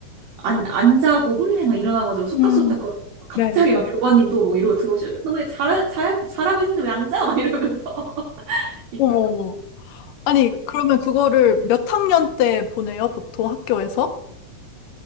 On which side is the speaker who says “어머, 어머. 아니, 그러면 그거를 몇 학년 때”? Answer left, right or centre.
Left